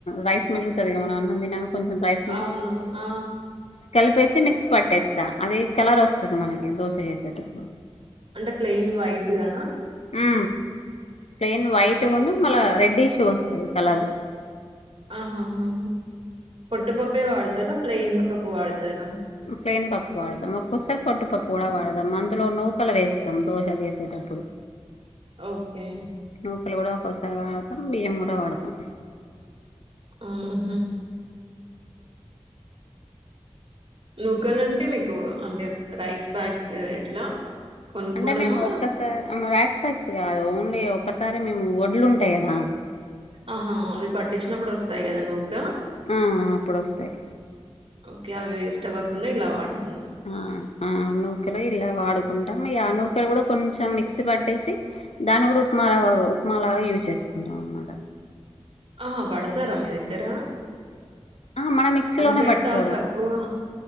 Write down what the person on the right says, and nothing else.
అవును ఆ
అంటే ప్లెయిన్ వైట్ దనా
ఆహా పుట్ పోటు పాపే వాడదారా ప్లైయిన్ పాపు వాడదారా
ఓకే
ఊహూ నూకలు అంటే మీకు అంటే రైస్ బ్యాగ్స్ ఎట్లా కొనుక్కోవడమా
ఆహా అవి పట్టించినప్పుడు వస్తా తయి కదా నూక
ఓకే అవి వేస్ట్ అవ్వకుండా ఇలా వాడుకు
ఆహా పడతారా మీ దగ్గర
సైడ్
చాలా తక్కువ